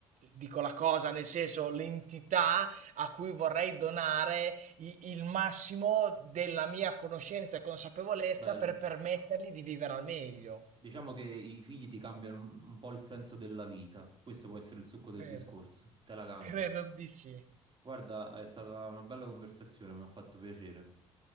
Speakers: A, on the right; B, on the right.
A: dico la cosa, nel senso, l'entità a cui vorrei donare i- il massimo della mia conoscenza e consapevolezza
B: bello.
A: per permettergli di vivere al meglio.
B: Diciamo che i figli ti cambiano un, un po' il senso della vita. Questo può essere il succo del
A: Credo.
B: discorso. Te la cambio.
A: Credo di sì.
B: Guarda, è stata una bella conversazione, mi ha fatto piacere.